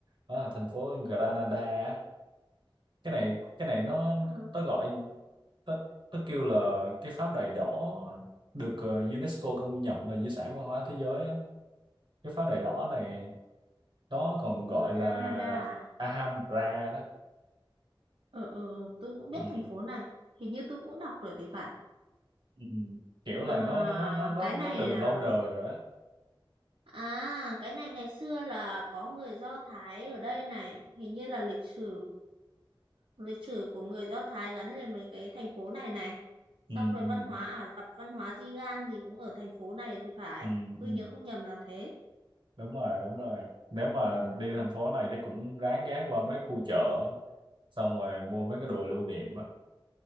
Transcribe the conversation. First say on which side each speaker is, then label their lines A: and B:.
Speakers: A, on the right; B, on the right.
A: đó là thành phố Granada á. cái này cái này nó
B: Ờ,
A: nó gọi nó, nó kêu là cái pháo đài đỏ được ờ, UNESCO công nhận là di sản văn hóa thế giới á. cái pháo đài đỏ này nó còn gọi
B: ở
A: là
B: Granada
A: Alhambra đó
B: ở ừ, ừ, tôi cũng biết
A: ừ.
B: thành phố này hình như tôi cũng đọc rồi thì phải
A: Ừ. kiểu là
B: à,
A: nó nó nó nó
B: cái
A: nó
B: này
A: từ
B: là
A: lâu đời rồi á
B: À, cái này ngày xưa là có người Do Thái ở đây này, hình như là lịch sử lịch sử của người Do Thái gắn liền với cái thành phố này này.
A: ừ.
B: Xong rồi
A: Ừ.
B: văn hóa Ả Rập, văn hóa Di-gan gì cũng ở thành phố này thì phải.
A: Ừ.
B: Tôi
A: Ừ.
B: nhớ không nhầm là thế.
A: đúng rồi đúng rồi nếu mà
B: Ừ.
A: đi thành phố này chắc cũng ráng ghé qua mấy khu chợ xong rồi mua mấy cái đồ lưu niệm á